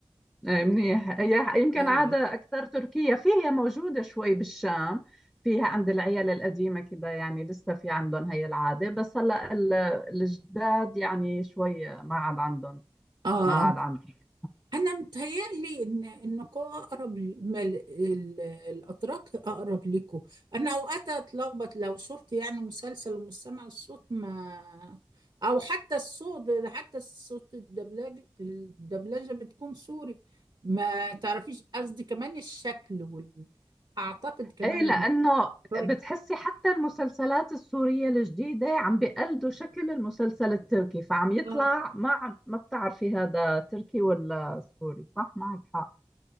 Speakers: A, in the centre; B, on the right.
A: إيه،
B: الله
A: منيح هي يمكن
B: يلا
A: عادة أكثر تركية فيها موجودة شوي بالشام فيها عند العيال القديمة كده يعني لسه في عندهم هي العادة بس هلا ال- الجداد يعني شوي ما عاد عندهم
B: اه
A: ما عاد عندهم
B: انا متهيألي ان انكم اقرب ما ال- ال- الاتراك اقرب لكم انا اوقات اتلخبط لو شفت يعني مسلسل ومش سامع الصوت ما او حتى الصوت حتى الصوت الدبلجه الدبلجه بتكون سوري ما تعرفيش قصدي كمان الشكل وال... اعتقد كمان
A: ايه لانه
B: رايك
A: بتحسي حتى المسلسلات السورية الجديدة عم بيقلدوا شكل المسلسل التركي فعم يطلع
B: اه
A: ما عم ما بتعرفي هذا تركي ولا سوري صح معك حق